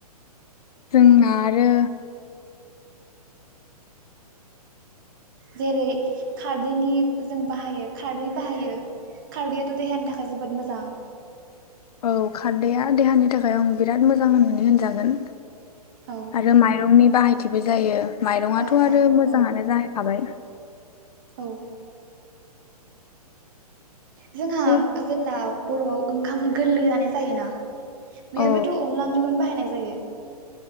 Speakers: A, on the left (about 70°); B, on the right (about 35°).
A: जोंना आरो
B: जेरै खारदैनि जों बाहायो। खारदै बाहायो खारदैआथ' देहानि थाखाय जोबोद मोजां।
A: औ खारदाया देहानि थाखाय आं बिराद मोजां होननानै होनजागोन।
B: औ
A: आरो माइरंनि बाहायथिबो जायो। माइरङाथ'
B: ओं
A: आरो
B: औ
A: मोजाङानो
B: औ
A: जाहैखाबाय।
B: औ जोंहा
A: बे
B: जेब्ला। बर'आव ओंखाम गोरलै जानाय जायोना।
A: औ
B: बिहायबोथ अनला ओंख्रैखौ बाहायनाय जायो